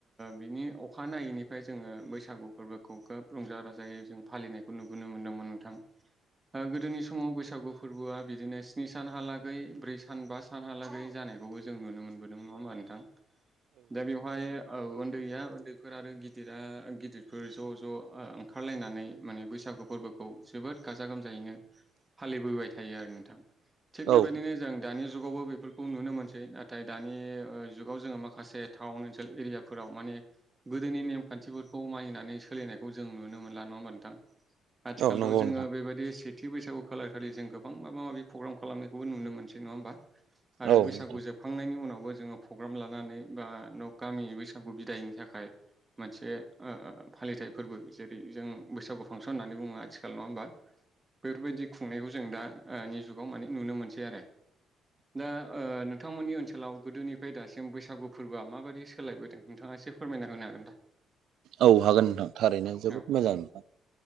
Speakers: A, on the right; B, on the right.
A: बिनि अखाानायनायैनिफ्राय जोङो बैसागु फोरबोखौ खोब रंजा बाजायै जों फालिनायखौ नु नुनो मोनदोंमोन नोंथां। ओ गोदोनि समाव बैसागु फोरबोआ बिदिनो स्नि सानहालागै ब्रै सान बा सानहालागै जानायखौबो जों नुनो मोनबोदों। नङा होमबा नोंथां? दा बेवहाय औ उन्दैया उन्दै फोर आरो गिदिरा गिदिरफोर ज' ज' ओ ओंखारलायनानै माने बैसागु फोरबोखौ जोबोद गाजा गोमजायैनो फालिबोबाय थायो आरो नोंथां। थिग बेबायदिनो
B: औ
A: जों दानि जुगावबो बेफोरखौ नुनो मोनसै नाथाय दानि ओ जुगाव जोङो माखासे टाउन ओनसोल एरियाफोराव माने गोदोनि नेमखान्थिफोरखौ मानिनानै सोलिनायखौ जों नुनो मोनला। नङा होमबा नोंथां? आथिखालथ'
B: औ नंगौ
A: जोङो
B: नोंथां
A: बेबायदि से थि बैसागु खालार खालि जों गोबां माबा माबि प्रग्राम खालामखौबो नुनो मोनसै। नङा होमबा? आरो
B: औ
A: बैसागु
B: नोंथां
A: जोबखांनायनि उनाव बो जोङो प्रग्राम लानानै बा न गामिनि बैसागु बिदायनि थाखाय मोनसे ओ फालिथाइ फोरबो जेरै जों बैसागु फांसन होननानै बुङो आथिखाल। नङा होनबा? बेफोरबायदि खुंनायखौ जों दा जुगाव माने नुनो मोनसै आरो दा ओ नोंथांमोननि ओनसोलाव गोदोनिफ्राय दासिम बैसागु फोरबोआ माबायदि सोलायबोदों नोंथाङा एसे फोरमायना होनो हागोन दा?
B: औ हागोन नोंथां थारैनो जोबोद
A: औ
B: मोजां नोंथां।